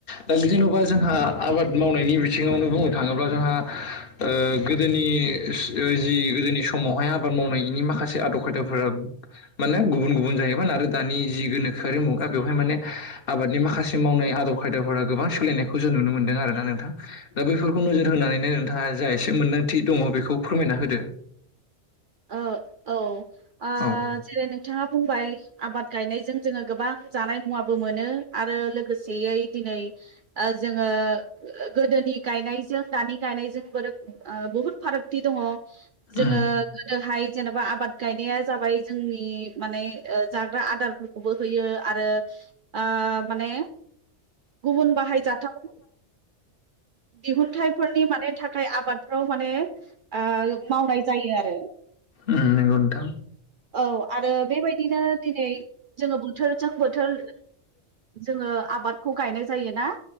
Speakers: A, on the left (about 55°); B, on the right (about 60°).
A: दा बिदिेन'बा जोंहा आबाद मावनायनि बिथिङावनो बुंनो थाङोब्ला जोंहा ओ गोदोनि जि गोदोनि समावहाय आबाद मावनायनि माखासे आदब खायदाफोरा माने गुबुन गुबुन जायोमोन आरो दानि जि गोनोखो खारि मुगा बेवहाय माने आबादनि माखासे मावनाय आदब खायदाफोरा गोबां सोलायनायखौ जों नुनो मोनदों आरो नोंथां दा बेफोरखौ नोजोर होनानैनो नोंथाङा जा एसे मोनदांथि दङ बेखौ फोरमायना होदो। <inaudible>
B: ओ औ आ
A: औ
B: जेरै नोंथाङा बुंबाय आबाद गायनायजों जोङो गोबां जानाय मुवाबो मोनो आरो लोगोसेयै दिनै जोङो गोदोनि गायनायजों दानि गायनायजों बोरै आ बुहुद फारागथि दङ जोङो
A: उम
B: बेहाय जेनेबा आबाद गायनाया जाबाय जोंनि माने ओ जाग्रा आदारफोरखौबो होयो आरो आ माने गुबुन बाहायजाथाव दिहुनथाइफोरनि माने थाखाय आबादफ्राव माने आ मावनाय जायो आरो।
A: उम नोंगौ नोंथां।
B: औ आरो बेबायदिनो दिनै जोङो बोथोरजों बोथोर जोङो आबादखौ गायनाय जायोना